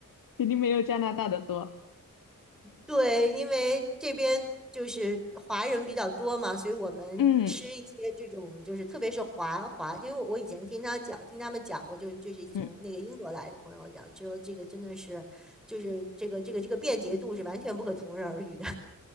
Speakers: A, on the left (about 80°); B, in the centre.
A: 肯定没有加拿大的多，
B: 对，因为这边就是华人比较多嘛，所以我们吃一些这种，
A: 嗯
B: 就是特别是华华，因为我以前听他讲，听他们讲过，就就是从那个英国来的朋友讲，
A: 嗯，
B: 说这个真的是，就是这个这个这个便捷度是完全不可同日而语的。